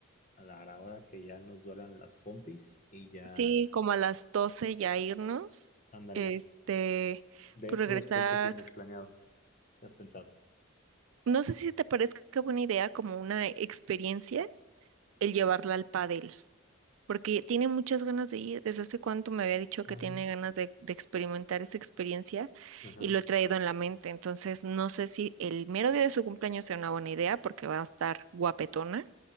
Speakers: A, on the left (about 40°); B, on the right (about 75°).
A: a la a la hora que ya nos duelan las pompis y ya,
B: sí, como a las 12 ya irnos,
A: ándale.
B: este,
A: De
B: pues
A: eso
B: regresar.
A: después que tienes planeado, ¿qué has pensado?
B: No sé si te parezca buena idea como una experiencia el llevarla al pádel, porque tiene muchas ganas de ir. Desde hace cuánto me había dicho
A: Ajá,
B: que tiene ganas de, de experimentar esa experiencia
A: ajá.
B: y lo he traído en la mente. Entonces, no sé si el mero día de su cumpleaños sea una buena idea porque va a estar guapetona.